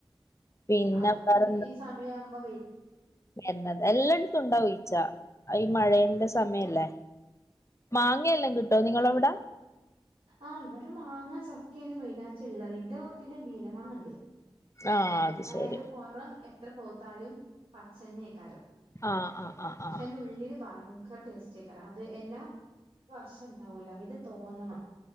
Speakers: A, on the left; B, on the right.
A: പിന്നെ
B: ആ അതിപ്പോ
A: വേറെന്താ
B: ഈ സമയ ആവുമ്പോ
A: <unintelligible> എല്ലായിടത്തും ഇണ്ടാവും ഈച്ച ഈ മഴേന്റെ സമയല്ലേ മാങ്ങയെല്ലാം കിട്ടോ നിങ്ങളെവിട
B: ആഹ് ഇവിടെ മാങ്ങസ്ക്കെയാണ് വൈനാച്ച ഉള്ളത് എറെ വീട്ടില് നീല മാങ്ങ ഉണ്ട്
A: ആഹ് അത്
B: അയത്
A: ശരി
B: പൊറം എത്ര പോത്താലും പച്ചന്നേക്കാരം
A: ആഹ് ആഹ് ആഹ്
B: പക്ഷെ
A: ആഹ്
B: അയിന്റെ ഉള്ളില് ഭയങ്കര ടേസ്റ്റി ആക്കരാ അത് എല്ലാ വർഷ ഉണ്ടാവൂല ഇത് തോന്നണം